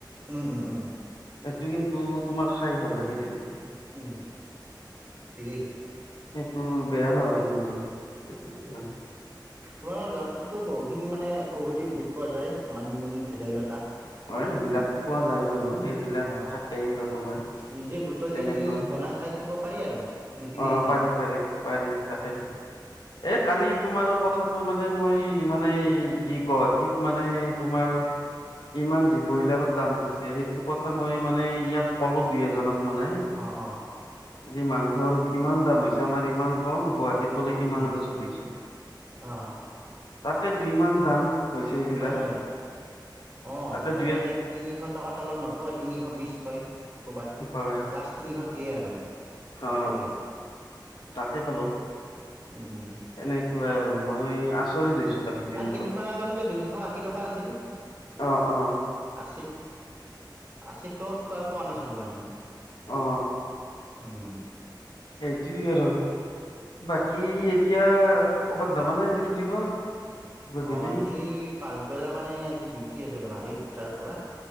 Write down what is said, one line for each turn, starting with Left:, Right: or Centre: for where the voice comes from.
Right: উম', উম'। উম
Left: এইটো কিন্তু তোমাৰ খায় ভাল লাগে তেনেকে।
Right: উম, ঠিকেই।
Left: এইটো বেয়া নহয় কিন্তু তেনেকুৱা।
Right: তোমাৰ গাঁৱটোতো বহুখিনি মানে ঔষধি উদ্ভিদ পোৱা যায় মানিমুনি ভেদাইলতা।
Left: অহ, এইবিলাকতো পোৱা যায় বাৰু এইবিলাক
Right: অঁ
Left: থাকেই আৰু তোমাৰ।
Right: নিজে ব বুটলি
Left: তেনেকুৱা
Right: আনি বনাই খায় থাকিব পাৰি আৰু নিকিনাকে।
Left: অ পাৰি পাৰি পাৰি তাকেতো এ কালি তোমাৰ কথাটো মানে মই মানে যি গুৱাহাটীত মানে তোমাৰ ইমান যি ব্ৰইলাৰৰ দাম হৈছে, সেইটো কথা মই মানে ইয়াত ক'লো দুই এজনক মানে।
Right: অহ', অহ'।
Left: যি মাংসৰ ইমান দাম হৈছে, আমাৰ ইমান কম। গুৱাহাটীত গুৱাহাটীত বোলে ইমানকে
Right: উম
Left: চলিছে,
Right: অঁ
Left: তাকেতো ইমান দাম। হৈছে এইবিলাক
Right: হয়, হয়। অহ,
Left: তাতে
Right: মানে
Left: দুই
Right: ইয়াত তিনিশ টকাৰ তলত নোপোৱা তিনিশ বিছ কৈ ক'ৰবাত,
Left: হয়
Right: লাষ্ট তিনিশত দিয়ে আৰু ত'
Left: অ
Right: ক'লে।
Left: তাকে ক'লো
Right: উম,
Left: এনেকুৱা আৰু মই আচৰিত হৈছো। কালি তেনেকুৱা
Right: তাৰ কেইদিনমান আগলৈকে দুশ আশি টকা আছিল।
Left: অ অ
Right: আশিত, আশিৰ তলত আৰু পোৱা নাছিলোঁ মানে।
Left: অ
Right: হম।
Left: সেইটোই আৰু। বাকী এতিয়া কৰ'বাত যাবানে আজি ফুৰিব? গধূলি
Right: অহ, আজি পাচবেলা মানে আজি ডিউটি আছে ৰ'বা এই দুটাৰ পৰা